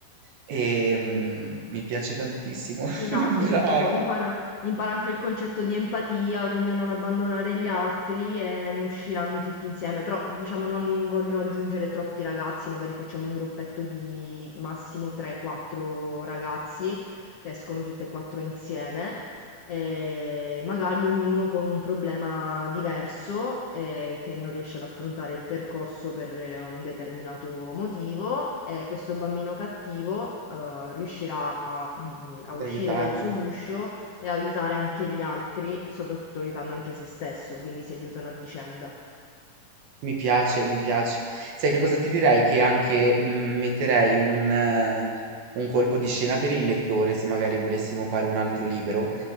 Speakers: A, on the right (about 75°); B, on the left (about 80°).
A: E mm, mi piace tantissimo,
B: Esatto,
A: <laughs> brava,
B: perché poi impara, impara anche il concetto di empatia, quindi a non abbandonare gli altri e ne usciranno tutti insieme. Però diciamo non voglio aggiungere troppi ragazzi, magari facciamo un gruppetto di massimo 3-4 ragazzi che escono tutte e quattro insieme eh, magari ognuno con un problema diverso eh, che non riesce ad affrontare il percorso per eh, un determinato motivo e questo bambino cattivo eh, riuscirà a, a
A: ad
B: uscire
A: aiutarlo.
B: dal suo guscio e aiutare anche gli altri, soprattutto aiutando anche se stesso, quindi si aiutano a vicenda.
A: Mi piace, mi piace. Sai che cosa ti direi? Che anche mm, metterei un, eh, un colpo di scena per il lettore, se magari volessimo fare un altro libro